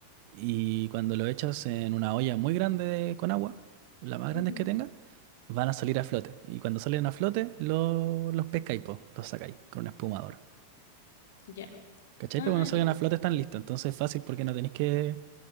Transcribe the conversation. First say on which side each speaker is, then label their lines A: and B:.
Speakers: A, on the right; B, on the left.
A: Y cuando lo echas en una olla muy grande de- con agua, la más grande
B: Ujú,
A: que tenga, van a salir a flote. Y cuando salen a flote, lo- los pescáis, po, los sacáis con un espumador.
B: Ya.
A: ¿Cachai?
B: Ah,
A: Pero cuando
B: ya.
A: salgan a flote están listos. Entonces es fácil porque no tenéis que,